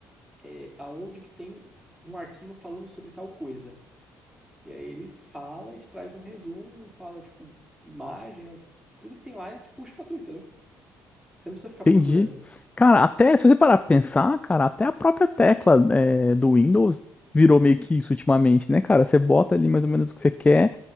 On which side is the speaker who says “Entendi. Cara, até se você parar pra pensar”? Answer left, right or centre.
Left